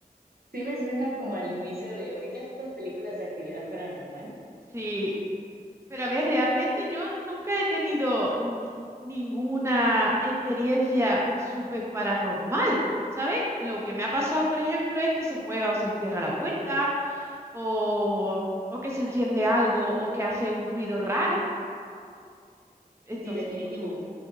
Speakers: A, on the right; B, on the right.
A: Sí me suena como al inicio de, ¿ubicas estas películas de actividad paranormal?
B: Sí, pero a ver, realmente yo nunca he tenido mm, ninguna experiencia súper paranormal, ¿sabes? Lo que me ha pasado, por ejemplo, es que se mueva o se cierra la puerta, o, o que se enciende algo, o que hace un ruido raro. Entonces,
A: Sí, definitivo.